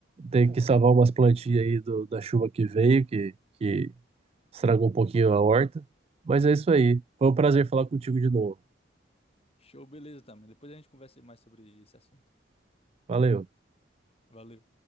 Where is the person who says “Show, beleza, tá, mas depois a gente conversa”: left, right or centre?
Left